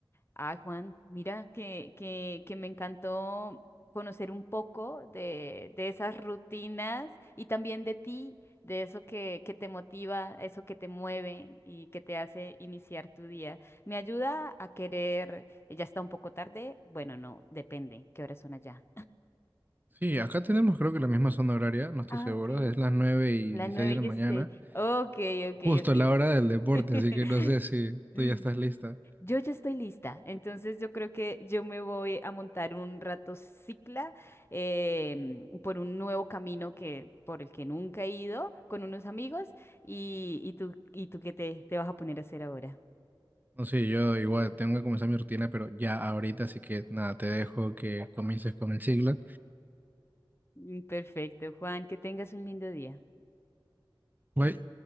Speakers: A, on the left (about 30°); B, on the right (about 20°).
A: Ah, Juan, mira que, que, que me encantó conocer un poco de, de esas rutinas y también de ti, de eso que, que te motiva, eso que te mueve y que te hace iniciar tu día. Me ayuda a querer, eh, ya está un poco tarde, bueno, no, depende, ¿qué horas son allá?
B: Sí, acá tenemos creo que la misma zona horaria, no estoy
A: Ah,
B: seguro,
A: ok.
B: es las 9 y
A: Las
B: 16
A: nueve
B: de
A: y
B: la
A: dieciséis.
B: mañana,
A: Ok, ok,
B: justo
A: ok.
B: a la hora del deporte,
A: <laughs>
B: así que no sé si
A: Mm.
B: tú ya estás lista.
A: Yo ya estoy lista, entonces yo creo que yo me voy a montar un rato cicla em, por un nuevo camino que por el que nunca he ido con unos amigos y, y tú y tú qué te, te vas a poner a hacer ahora.
B: No sé, yo igual tengo que comenzar mi rutina, pero ya ahorita, así que nada, te dejo que comiences con el siglo.
A: <laughs> Perfecto, Juan, que tengas un lindo día.
B: Güey,